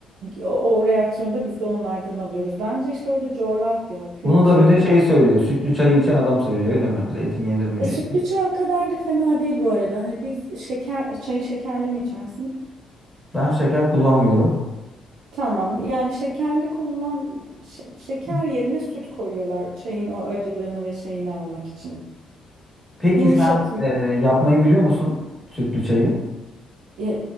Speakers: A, on the right; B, in the centre.
A: o, o reaksiyonda biz de onlardan alıyoruz. Bence işte orada coğrafya, kültür.
B: Bunu da bize şey söylüyor. Sütlü çayı içen adam söylüyor öyle mi? Zeytin yenir mi
A: E,
B: diye.
A: sütlü çay o kadar da fena değil bu arada. Hani biz şeker çayı şekerli mi içersin?
B: Ben şeker kullanmıyorum.
A: Tamam. Yani şekerli kullan şe- şeker
B: Hı.
A: yerine süt koyuyorlar çayın o acılığını ve şeyini almak için.
B: Peki
A: Yumuşatıyor.
B: sen e, yapmayı biliyor musun sütlü çayı?
A: Ya,